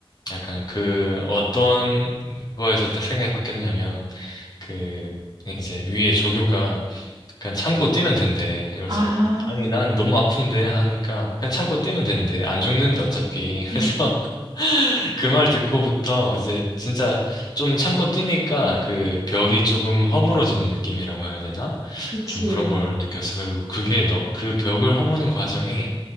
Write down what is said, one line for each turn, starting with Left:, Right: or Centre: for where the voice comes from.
Left: 약간 그 어떤 거에서 딱 생각이 바뀌었냐면, 그, 이제 위에 조교가 그냥 참고 뛰면 된대. 그래서
Right: 아,
Left: 아니 난 너무 아픈데 하니까 그냥 참고 뛰면 된대. 안 죽는데 어차피. <laughs> 그래서
Right: 음,
Left: 그 말 듣고부터 이제 진짜 좀 참고 뛰니까 그 벽이 조금 허물어지는 느낌이라고 해야 되나?
Right: 그치.
Left: 좀 그런 걸 느꼈어. 그리고 그게 너, 그 벽을 허무는 과정이